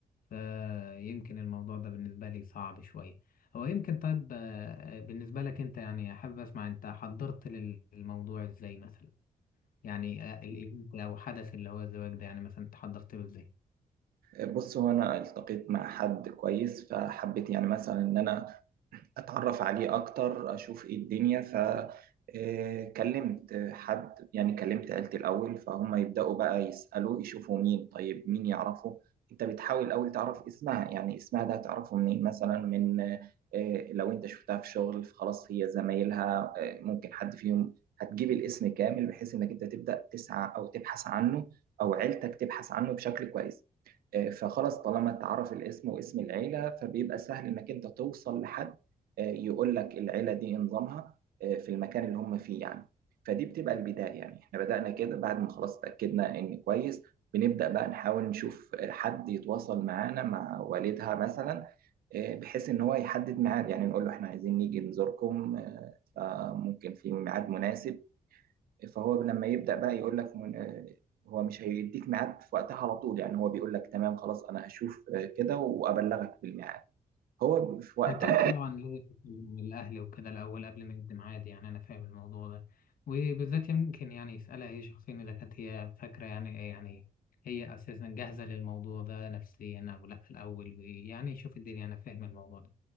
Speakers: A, on the left; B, on the right.
A: فيمكن الموضوع ده بالنسبة لي صعب شوية هو يمكن طيب آه، آه، بالنسبة لك أنت يعني أحب أسمع أنت حضرت للموضوع إزاي مثلا يعني آه، الإيفنت أو حدث اللي هو الزواج ده يعني مثلا أنت حضرت له إزاي؟
B: بص هو انا التقيت مع حد كويس فحبيت يعني مثلا ان انا اتعرف عليه اكتر اشوف ايه الدنيا ف آه، كلمت حد يعني كلمت عيلتي الاول فهم يبداوا بقى يسالوا يشوفوا مين طيب مين يعرفه انت بتحاول الاول تعرف اسمها يعني اسمها ده هتعرفه منين مثلا من آه، لو انت شفتها في شغل فخلاص هي زمايلها آه، ممكن حد فيهم هتجيب الاسم كامل بحيث انك انت تبدا تسعى او تبحث عنه او عيلتك تبحث عنه بشكل كويس آه، فخلاص طالما اتعرف الاسم واسم العيلة فبيبقى سهل انك انت توصل لحد آه، يقول لك العيلة دي إيه نظامها آه، في المكان اللي هم فيه يعني فدي بتبقى البداية يعني احنا بدأنا كده بعد ما خلاص اتأكدنا ان كويس بنبدأ بقى نحاول نشوف آه، حد يتواصل معانا مع والدها مثلا آه، بحيث ان هو يحدد ميعاد يعني نقول له احنا عايزين نيجي نزوركم آه، فممكن في ميعاد مناسب فهو لما يبدأ بقى يقول لك من- آه، هو مش هيديك ميعاد في وقتها على طول يعني هو بيقول لك تمام خلاص انا هشوف آه، كده وابلغك بالميعاد هو في وقتها
A: أكيد طبعا لازم يكون الأهل وكده الأول قبل ما يقدم عادي يعني أنا فاهم الموضوع ده وبالذات يمكن يعني يسألها هي شخصيا إذا كانت هي فاكرة يعني إيه، يعني هي أساسا جاهزة للموضوع ده نفسيا أو لأ في الأول ويعني يشوف الدنيا أنا فاهم الموضوع ده